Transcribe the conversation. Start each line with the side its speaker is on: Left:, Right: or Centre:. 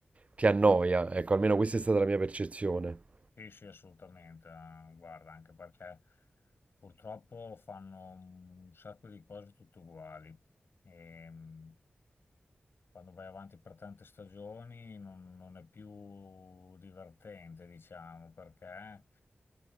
Right: ti annoia. Ecco, almeno questa è stata la mia percezione.
Left: Sì, sì, assolutamente. eh, Guarda, anche perché purtroppo fanno un sacco di cose tutte uguali. E, mh, quando vai avanti per tante stagioni non, non è più divertente, diciamo, perché